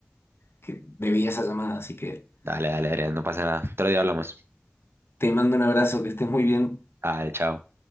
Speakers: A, on the left; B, on the right.
A: que debía esa llamada, así que.
B: Dale, dale, Adrián, no pasa nada. Otro día hablamos.
A: Te mando un abrazo, que estés muy bien.
B: Dale, chao.